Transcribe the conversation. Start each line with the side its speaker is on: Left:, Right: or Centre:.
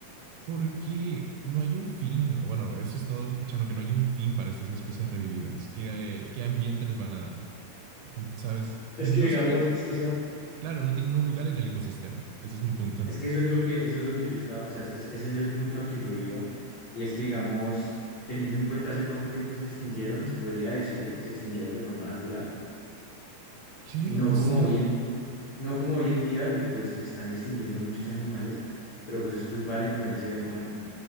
Right: porque no hay un fin. Bueno, eso he estado escuchando, que no hay un fin para estas especies revividas. ¿Qué, eh, qué ambiente les van a dar? ¿Sabes?
Left: es
Right: Y no
Left: que digamos,
Right: se
Left: es que eso
Right: Claro, no tienen un lugar en el ecosistema. Ese es mi punto.
Left: Es que eso es lo que, eso es lo que yo estaba, o sea, es- ese es el punto al que yo iba, y es que, digamos, teniendo en cuenta hace cuánto tiempo se extinguieron, se podría decir que se extinguieron de forma natural.
Right: Creo,
Left: No
Right: sí.
Left: como hoy en, no como hoy en día, que pues se están extinguiendo muchos animales, pero pues es culpa de la influencia del humano,